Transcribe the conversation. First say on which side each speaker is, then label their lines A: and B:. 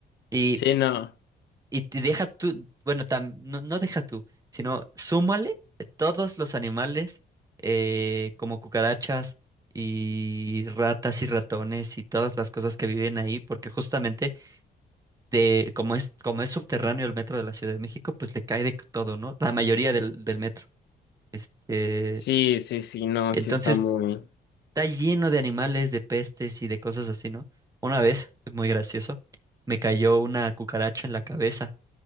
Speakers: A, on the right; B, on the left.
A: Y
B: Sí, no.
A: y te deja tú, bueno, tam- no, no deja tú, sino súmale todos los animales eh, como cucarachas y ratas y ratones y todas las cosas que viven ahí, porque justamente de, como es, como es subterráneo el metro de la Ciudad de México, pues le cae de todo, ¿no? La mayoría del, del metro. Este,
B: Sí, sí, sí, no,
A: entonces
B: sí está muy...
A: está lleno de animales, de pestes y de cosas así, ¿no? Una vez, muy gracioso, me cayó una cucaracha en la cabeza.